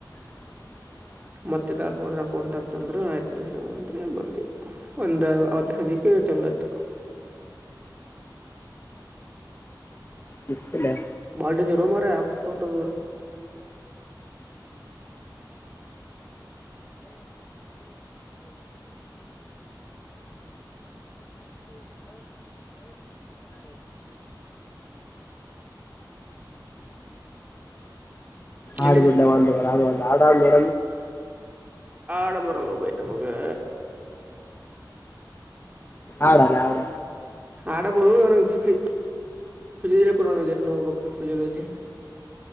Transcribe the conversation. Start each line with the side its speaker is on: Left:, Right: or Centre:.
Left: ಹ
Right: ಮತ್ತದತ್ ನೋಡ್ರ ಅಕೌಂಟ್ ಅಂತ ಅಂದ್ರ ಆಯ್ತ್ ರಸ ಅಂದ್ರೆ ಬಂದ್ವಿ ಒಂದ್ ಅವತ್ತ ಸಂಜೆ ಚಲಯತ
Left: ಗಿಚ್ಚಿಲೆ
Right: ಬಾಳ ಡೇಂಜರ್ ಮಾರಾಯ ಅಕೌಂಟ್ ದ ಏನೇನು
Left: ಆಡ್ಬಿಡ್ಲ ಒಂದು ಒಂದು ಆಾಡಬೋಡ
Right: ಎಡ ಬರಂಗ ಭಯ ನಮಗೆ
Left: ಆಡಲ್ಲ ಆಡ
Right: ಆಡಬಡು ನನ ಫ ಫಿಜ ಕಡ ಏನ್ ನೋಡ್ಬೇಕು ಫಿಜಿಯೋಲಜಿ